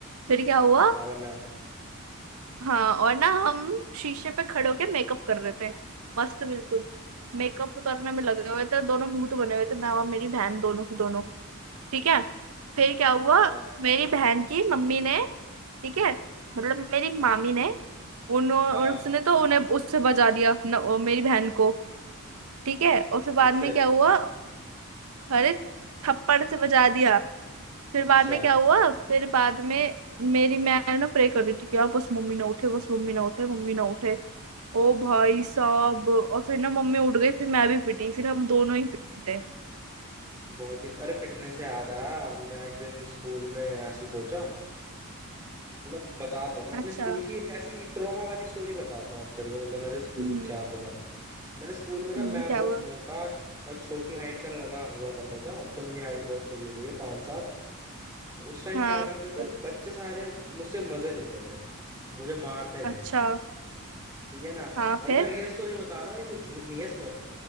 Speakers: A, on the right; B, on the right.
A: फिर क्या हुआ
B: हम्म। भावना
A: हाँ और ना हम शीशे पे खड़े होके मेकअप कर रहे थे मस्त बिल्कुल मेकअप करने में लगे हुए थे दोनों भूत बने हुए थे मैं और मेरी बहन दोनों की दोनों ठीक है फिर क्या हुआ
B: हाँ
A: मेरी बहन की मम्मी ने ठीक है मतलब मेरी मामी ने उन्होंने
B: हाँ
A: उसने तो उन्हें उससे बचा दिया न, ओ, मेरी बहन को ठीक है और फिर बाद
B: किससे
A: में क्या हुआ अरे थप्पड़ से बजा दिया फिर
B: अच्छा
A: बाद में क्या हुआ फिर बाद में मेरी मैं ना प्रे कर रही थी कि आप बस मम्मी ना उठे बस मम्मी ना उठे मम्मी ना उठे ओ भाई साहब और फिर ना मम्मी उठ गई फिर मैं भी पिटी फिर हम दोनों ही पिटे
B: बहुत ही अरे पिटने से याद आया मैं एक दिन स्कूल में ऐसी पहुंचा मतलब बताता हूँ मैं
A: अच्छा
B: अपने स्कूल की एक ऐसी ट्रॉमा वाली स्टोरी बताता हूँ तेरे को मतलब मेरे स्कूल
A: हम्म
B: में क्या होता था मेरे स्कूल में ना
A: हम्म,
B: मैं
A: क्या
B: बहुत
A: हुआ
B: मोटा और छोटी हाइट का लड़का हुआ करता था अब तो मेरी हाइट बहुत सही हो गई है पाँच सात तो उस टाइम
A: हाँ
B: क्या करते थे
A: फिर?
B: बच्चे सारे मुझसे मजे लेते थे मुझे मारते
A: अच्छा
B: थे ठीक है ना
A: हाँ
B: और
A: फिर
B: मैं रियल स्टोरी बता रहा हूँ ये कोई झूठ नहीं है इसमें